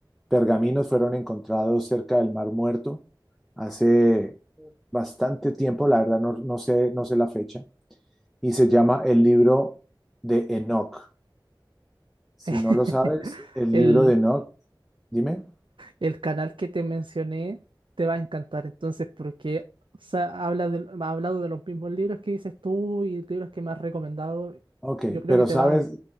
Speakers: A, in the centre; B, on the right.
A: pergaminos fueron encontrados cerca del Mar Muerto hace bastante tiempo, la verdad no, no sé, no sé la fecha, y se llama el libro de Enoch. Si
B: <laughs>
A: no lo sabes, el libro de Enoch,
B: El,
A: dime.
B: El canal que te mencioné te va a encantar entonces porque o sea, habla de- ha hablado de los mismos libros que dices tú y libros que me has recomendado.
A: Ok,
B: Yo creo
A: pero
B: que te
A: sabes,
B: vas...